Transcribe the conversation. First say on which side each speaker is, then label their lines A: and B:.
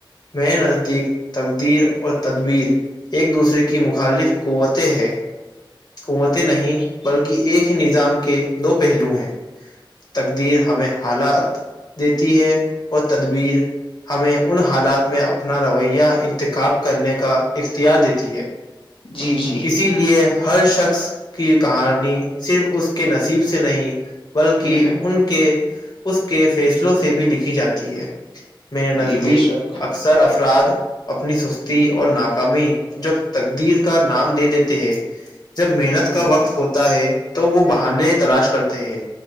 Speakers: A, on the left; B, on the left.
A: م نزدیک تقدیر اور تدبیر ایک دوسرے کی مخالف قوتیں ہے قوتیں نہیں بلکہ ایک ہی نظام کے دو پہلو ہیں تقدیر ہمیں حالات دیتی ہے اور تدبیر ہمیں ان حالات میں اپنا رویہ انتخاب کرنے کا اختیار دیتی ہے
B: جی جی
A: اسی لیے ہر شخص کی کہانی صرف اس کے نصیب سے نہیں بلکہ
B: ہوں
A: ان کے اس کے فیصلوں سے بھی لکھی جاتی ہے م نزدیک
B: جی بے شک
A: اکثر افراد اپنی سستی اور ن قمی جو تقدیر کا نام دے دیتے ہیں جب محنت
B: ہوں
A: کا وقت ہوتا ہے تو وہ بہانے تلاش کرتے ہیں